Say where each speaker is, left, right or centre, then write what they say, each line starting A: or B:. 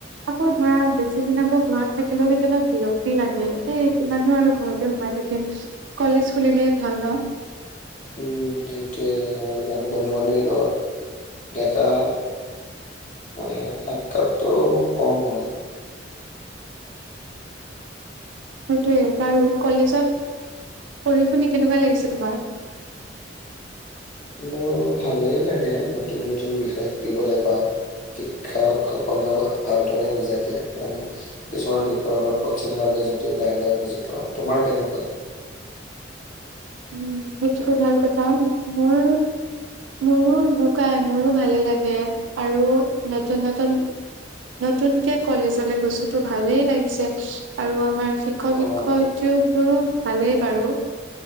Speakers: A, on the right; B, on the left.
A: আকৌ ধৰা বেছ সেদিনা আকৌ ঘৰত থাকিলেও কেতিয়াবা বিৰক্তি লাগে। এই কিমাননো আৰু ঘৰতে সোমাই থাক কিম। কলেজ খুলিলেই ভাল ন।
B: উম, সেইটোৱে হয়। <unintelligible> বন্ধু-বান্ধৱীৰ লগত দেখা মানে সাক্ষাৎটো কম হয়।
A: সেইটোৱে, বাৰু কলেজত পঢ়ি- শুনি কেনেকুৱা লাগিছে তোমাৰ?
B: মোৰ ভালেই লাগে নতুন নতুন বিষয় শিকিবলে পাওঁ। শিক্ষকসকলেও ভালদৰে বুজাই দিয়ে মানে কিছুমান বিষয় অলপ কঠিন লাগে যদিও লাহে লাহে বুজি পাওঁ, তোমাৰ কেনেকুৱা?
A: উম, সেইটো <unintelligible> ভাল কথা। মোৰ মোৰো সেনকুৱাই। মোৰো ভালে লাগে আৰু নতুন নতুন নতুনকে কলেজলে গৈছো তো ভালেই লাগিছে। আৰু আমাৰ শিক্ষক-শিক্ষয়িত্ৰীওবোৰো
B: অ',
A: ভালেই বাৰু।